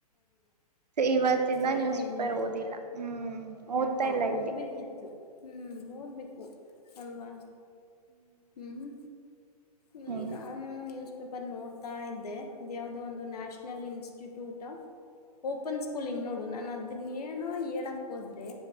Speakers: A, on the right (about 85°); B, on the left (about 70°).
A: ಇವತ್ತಿಂದ
B: ಓದ್ತಾ
A: ನ್ಯೂಸ್ ಪೇಪರ್
B: ಇಲ್ಲ
A: ಓದಿಲ್ಲ ಹ್ಮ್
B: ಯಾಕೋ
A: ಓದ್ತಾ ಇಲ್ಲ
B: ಓದ್ಬೇಕಿತ್ತು
A: ಇಲ್ಲಿ
B: ಹ್ಮ್ ಓದ್ಬೇಕು ಅಲ್ವಾ ಹ್ಮ್ ಇಲ್ಲಿ
A: ಹ್ಮ್
B: ನಾನು ನ್ಯೂಸ್ ಪೇಪರ್ ನೋಡ್ತಾ ಇದೆ ಇದ ಯಾವವುದೋ ಒಂದು ನ್ಯಾಷನಲ್ ಇನ್ಸ್ಟಿಟ್ಯೂಟ್ ಓಪನ್ ಸ್ಕೂಲಿಂಗ್ ನೋಡು ನಾನ ಅದನ್ನ ಏನೋ ಹೇಳಕ್ ಹೋದ್ರೆ